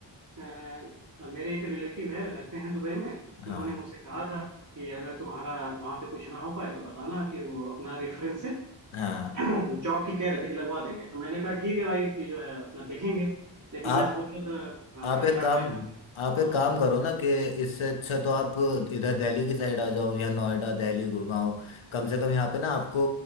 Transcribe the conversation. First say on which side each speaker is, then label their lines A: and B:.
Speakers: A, on the right; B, on the left.
A: अ, मेरे एक रिलेटिव है रहते हैं दुबई में
B: हाँ
A: उन्होंने मुझसे कहा था कि अगर तुम्हारा वहाँ पे कुछ ना हो पाए तो बताना कि वो अपना रेफरेंस से
B: हाँ हाँ
A: <clears throat> जॉब की कह रहे थे कि लगवा देंगे तो मैंने कहा ठीक है भाई कि जो है अपना देखेंगे लेकिन
B: आप
A: मैं सोच रहा था हाँ,
B: आप
A: पहले
B: एक
A: यहाँ
B: काम
A: ट्राई करना
B: आप एक काम करो ना कि इससे अच्छा तो आप इधर दिल्ली की साइड आ जाओ या नोएडा दिल्ली गुड़गांव कम से कम यहाँ पे ना आपको